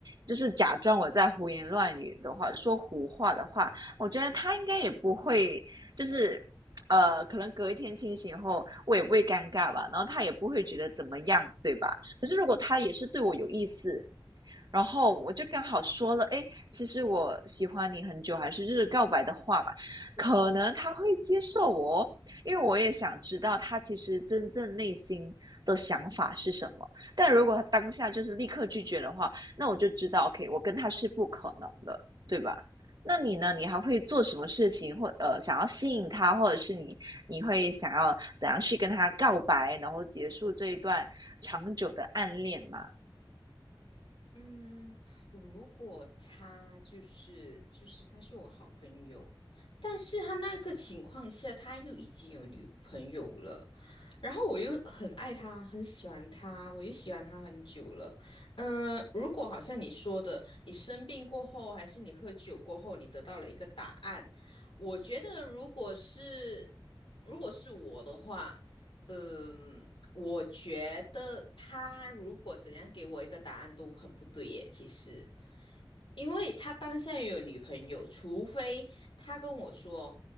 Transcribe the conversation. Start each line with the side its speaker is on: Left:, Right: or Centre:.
Right: 就是假装我在胡言乱语的话，说胡话的话，我觉得他应该也不会，就是呃，可能隔一天清醒后，我也不会尴尬吧，然后他也不会觉得怎么样，对吧？可是如果他也是对我有意思，然后我就刚好说了，哎，其实我喜欢你很久，还是就是告白的话吧，可能他会接受我哦因为我也想知道他其实真正内心的想法是什么。但如果他当下就是立刻拒绝的话，那我就知道，OK，我跟他是不可能的，对吧？那你呢？你还会做什么事情，
Left: 嗯
Right: 或呃，想要吸引他，或者是你你会想要怎样去跟他告白，然后结束这一段长久的暗恋吗？
Left: 嗯，如果他就是就是他是我好朋友，但是他那个情况下他又已经有女朋友了，然后我又很爱他，很喜欢他，我又喜欢他很久了。嗯，如果好像你说的，你生病过后，还是你喝酒过后，你得到了一个答案，我觉得如果是如果是我的话。嗯，我觉得他如果怎样给我一个答案都很不对耶，其实，因为他当下也有女朋友，除非他跟我说，